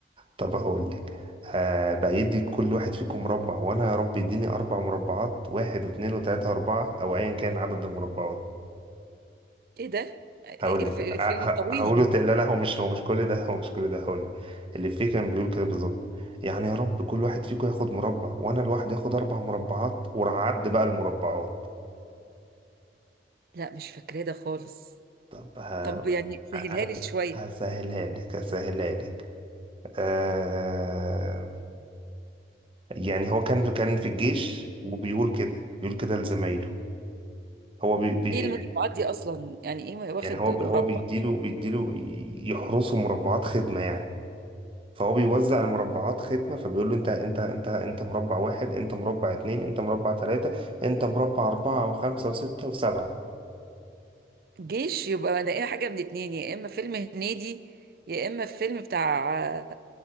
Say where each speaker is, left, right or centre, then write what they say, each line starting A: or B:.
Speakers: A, on the right; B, on the right.
A: طب هقول لك آه بيدي كل واحد فيكم مربع وانا يا رب يديني اربع مربعات واحد واثنين وثلاثة واربعة او ايا كان عدد المربعات
B: ايه ده الف-
A: هقول لك
B: الفيلم الطويل
A: هقول
B: ده
A: له لا لا هو مش هو مش كل ده هو مش كل ده هقول لك اللي فيه كان بيقول كده بالظبط يعني يا رب كل واحد فيكم ياخد مربع وانا لوحدي اخد اربع مربعات وعد بقى المربعات
B: لا مش فاكراه ده خالص
A: طب هقول
B: طب يعني
A: لك
B: سهلها
A: ه- ه-
B: لي شوية
A: هسهلها لك هسهلها لك آه يعني هو كان كان في الجيش وبيقول كده بيقول كده لزمايله هو بي بي
B: ايه المربعات دي اصلا يعني ايه واخد
A: يعني هو
B: مربع
A: بي هو بيديله بيديله يحرسه مربعات خدمة يعني فهو بيوزع المربعات خدمة فبيقول له انت انت انت انت مربع واحد انت مربع اتنين انت مربع تلاتة انت مربع اربعة وخمسة وستة وسبعة
B: جيش يبقى الاقيها حاجه من اتنين يا اما فيلم هنيدي يا اما فيلم بتاع آه،